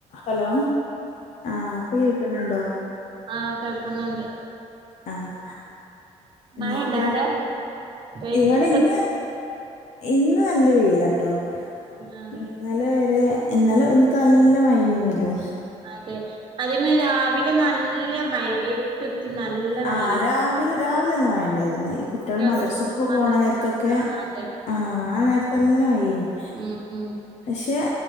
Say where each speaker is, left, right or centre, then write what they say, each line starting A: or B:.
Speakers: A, on the left; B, on the right.
A: Hello ആഹ് ഇപ്പോ കേൾക്കണുണ്ടോ
B: ആഹ് കേൾക്കുന്നുണ്ട്
A: ആഹ് എന്നിട്ട്
B: മഴണ്ടോ അവിടെ റേഞ്ചിന്
A: ഇവിടെ
B: പ്ര
A: ഇന്ന് ഇന്ന് നല്ല വെയിലാട്ടോ
B: ആഹ്
A: ഇന്നാലെ വരെ ഇന്നല എൻക്ക് നല്ല മഴ അയിനാലോ
B: അതെ അതേമാരി രാവിലെ നല്ല മയല് ഇരുട്ടത് നല്ല
A: ആഹ്
B: മഴേനി
A: രാവിലെ രാവിലല്ല മഴയിണ്ടായിരുന്നു ഈ കുട്ടികള്
B: കുട്ട്യാൾക്ക്
A: മദർസുക്കുക
B: സ്കൂൾ മദ്രസക്ക്
A: പോണ നേര ത്തൊക്കെ
B: ആഹ് അതെ
A: ആഹ് ആഹ് നേരത്ത് നല്ല മഴേന്ന്
B: ഉം ഉം
A: പക്ഷെ